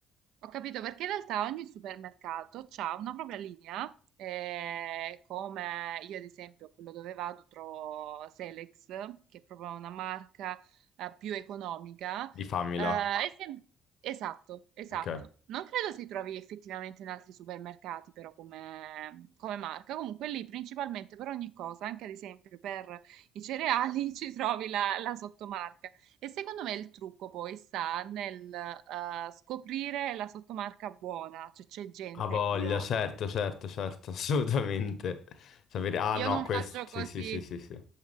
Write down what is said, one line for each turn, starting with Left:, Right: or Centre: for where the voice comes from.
Right: Ho capito perché in realtà ogni supermercato ha una propria linea, eh, come io ad esempio quello dove vado trovo Selex, che è proprio una marca eh, più economica.
Left: Di famila.
Right: eh, e sem- esatto, esatto.
Left: Ok.
Right: Non credo si trovi effettivamente in altri supermercati però come, come marca. Comunque lì principalmente per ogni cosa, anche ad esempio per i cereali, <laughs> ci trovi la la sottomarca. E secondo me il trucco poi sta nel eh, scoprire la sottomarca buona, cioè c'è gente,
Left: Ha voglia,
Right: io, ovvia-
Left: certo, certo, certo, <laughs> assolutamente. Sapere... Ah
Right: io
Left: no,
Right: non
Left: questo...
Right: faccio
Left: Sì,
Right: così,
Left: sì, sì, sì, sì.